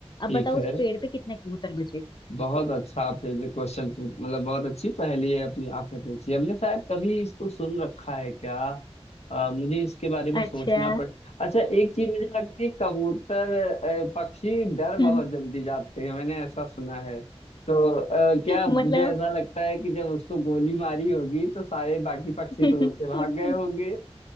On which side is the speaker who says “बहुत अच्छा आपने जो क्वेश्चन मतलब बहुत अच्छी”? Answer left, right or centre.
Left